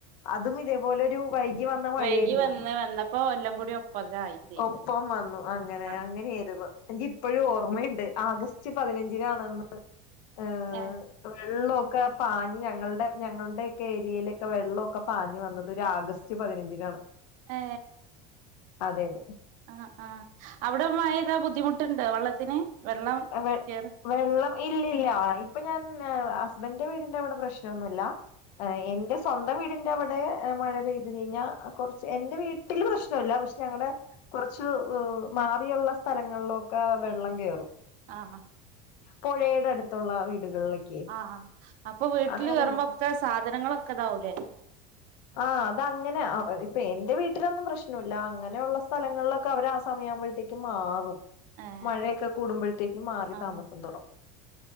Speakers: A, on the left; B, on the right.
A: അതും ഇതേപോലെ ഒരു വൈയി കി വന്ന മഴയേരുന്നു.
B: വൈകി വന്ന് വന്നപ്പോ എല്ലാം കൂടി ഒപ്പതായി ചെയ്ത്
A: ഒപ്പം വന്നു അങ്ങനെ
B: ആഹ്
A: അങ്ങനെയിരുന്നു. എനിക്ക് ഇപ്പഴും ഓർമ്മയുണ്ട്. ആഗസ്റ്റ് പതിനഞ്ചിനാണെന്ന് ഹ്
B: ഏഹ്
A: വെള്ളൊക്കെ പാഞ്ഞ് ഞങ്ങളുടെ ഞങ്ങളുടെ ഒക്കെ ഏറ്റയിലൊക്കെ വെള്ളക്കെ.. ക്കെ പാഞ്ഞ് വന്നത് ഒരു ആഗസ്റ്റ് പതിനഞ്ചിനാണ്.
B: ഏ
A: അതെ അതെ.
B: ആ ആ അവിടെമയ പെയ്ത് ബുദ്ധിമുട്ടുണ്ട് വെള്ളത്തിന് വെള്ളം
A: വെ
B: കേർ
A: വെള്ളം ഇല്ലല്ല. ഇപ്പൊ ഞാൻ ഹസ്ബൻന്റെ വീടിന്റെ അവിടെ പ്രശ്നൊ. ന്നുല്ല ആഹ് എന്റെ സ്വന്തം വീടിന്റെ അവിടെ മഴ പെയ്തു കഴിഞ്ഞാ കുറച്ച് എന്റെ വീട്ടില് പ്രശ്നല്ല പക്ഷെ ഞങ്ങളുടെ.. കുറച്ച് മാറിയുള്ള സ്ഥലങ്ങളിലൊക്കെ വെള്ളം കേറും.
B: ആഹ്
A: പുഴയുടെ അടുത്തുള്ള വീടുകളിലൊക്കെ
B: ആ അപ്പൊ വീട്ടിൽ
A: അങ്ങനെയുള്ള
B: കേയറുമ്പോക്കെ സാധനങ്ങളൊക്കെ ഇതാവൂലേ?
A: ആഹ് അത് അങ്ങനെ. ഇപ്പൊ എന്റെ വീട്ടിലൊന്നും പ്രശ്നല്ല അങ്ങനെയുള്ള സ്ഥലങ്ങളിലൊക്കെ അവരാ ആ സമയാകുമ്പഴത്തേക്ക് മാറും.
B: ഏഹ്
A: മഴയൊക്കെ കൂടുമ്പഴ്ത്തേക്ക് മാറി
B: ആഹ്
A: താമസം തൊടങ്ങും